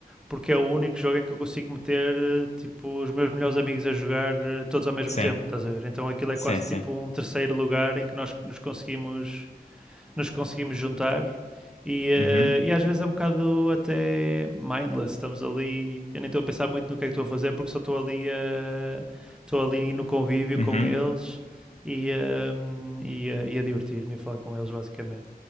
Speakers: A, in the centre; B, on the left.
A: porque é o único jogo em que eu consigo meter eh, tipo os meus melhores amigos a jogar eh, todos ao mesmo
B: Sim,
A: tempo, estás a ver? Então aquilo é
B: sim,
A: quase
B: sim.
A: tipo um terceiro lugar em que nós nos conseguimos nos conseguimos juntar e,
B: Uhum.
A: uh, e às vezes é um bocado até mindless, estamos ali, eu nem estou a pensar muito no que é que estou a fazer porque só estou ali a, estou ali no convívio
B: Uhum.
A: com eles e, um, e, a, e a divertir-me a falar com eles basicamente.